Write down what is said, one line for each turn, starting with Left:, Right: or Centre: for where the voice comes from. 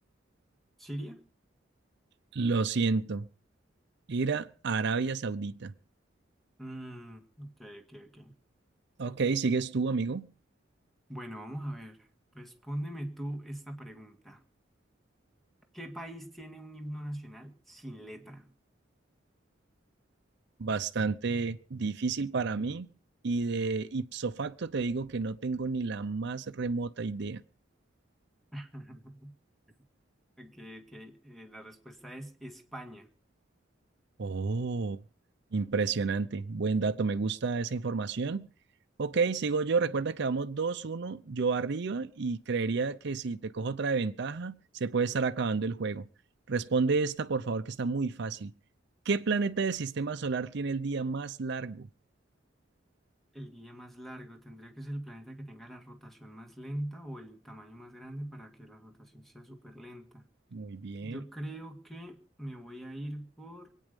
Centre: Siria.
Right: Lo siento. Era Arabia Saudita.
Centre: Mm, ok, ok, ok.
Right: Ok, sigues tú, amigo.
Centre: Bueno, vamos a ver. Respóndeme tú esta pregunta. ¿Qué país tiene un himno nacional sin letra?
Right: bastante difícil para mí y de ipso facto te digo que no tengo ni la más remota idea.
Centre: <laughs> Ok, ok. eh, la respuesta es España.
Right: Oh, Impresionante, buen dato, me gusta esa información. Ok, sigo yo, recuerda que vamos dos uno, yo arriba y creería que si te cojo otra de ventaja, se puede estar acabando el juego. Responde esta, por favor, que está muy fácil. ¿Qué planeta del sistema solar tiene el día más largo?
Centre: El día más largo tendría que ser el planeta que tenga la rotación más lenta o el tamaño más grande para que la rotación sea súper lenta.
Right: Muy bien.
Centre: Yo creo que me voy a ir por